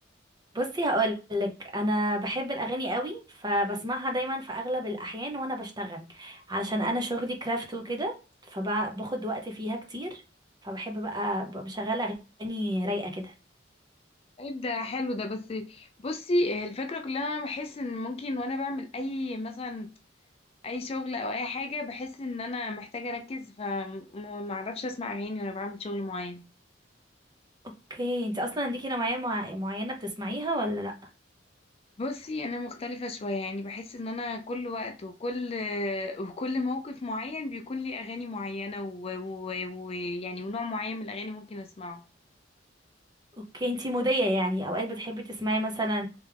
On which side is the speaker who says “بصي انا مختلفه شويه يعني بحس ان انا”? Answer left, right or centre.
Left